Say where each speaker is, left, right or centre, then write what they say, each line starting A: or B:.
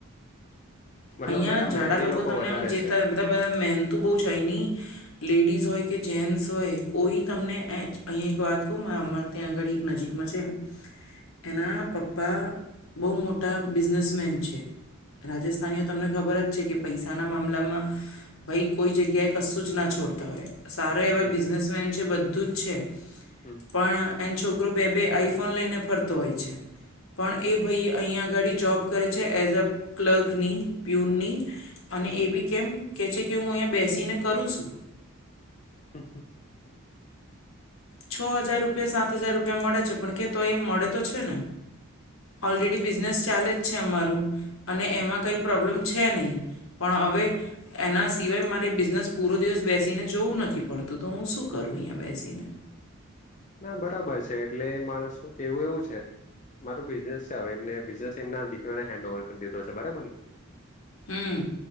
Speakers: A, on the left (about 35°); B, on the left (about 75°).
A: મતલબ
B: અહીંયા
A: બધા
B: ઝડા
A: મહેનતી
B: લોકો તમને
A: વધારે
B: આમ જેતા
A: છે
B: મતલબ મહેનતું બહુ છે એહીંની લેડીસ હોય કે જેન્ટસ હોય કોઈ તમને અહીં એક વાત ત્યાં આગળ એક નજીકમાં છે. એના પપ્પા બહુ મોટા બિઝનેસમેન છે રાજસ્થાનીઓ તમને ખબર જ છે કે પૈસાના મામલામાં ભાઈ કોઈ જગ્યાએ કશું જ ના છોડતા હોય. સારા એવા
A: જી
B: બિઝનેસમેન છે બધું જ છે.
A: હમ.
B: પણ એન છોકરો બે બે આઈફોન લઈને ફરતો હોય છે. પણ એ ભાઈ અહીંયા આગાડી જોબ કરે છે એઝ અ ક્લર્કની. પ્યુનની અને એ બી કેમ કહે છે કે હું અહીંયા બેસીને કરું છું.
A: <unintelligible>
B: છ હજાર રૂપિયા સાત હજાર રૂપિયા મળે છે પણ કે તો એ મળે તો છે ને. ઓલરેડી બિઝનેસ ચાલે જ છે અમારું અને એમાં કંઈ પ્રોબ્લેમ છે નહીં. પણ હવે એના સિવાય મારે બિઝનેસ પૂરો દિવસ બેસીને જોવું નથી પડતું તો હું શું કરું અહીંયા બેસીને.
A: ના બરાબર છે એટલે માણસ નું કેવું એવું છે. મારું બિઝનેસ છે હવે એમને બિઝનેસ એમના દીકરાને હેન્ડ ઓવર કરી દીધો છે બરાબર ને.
B: હમ,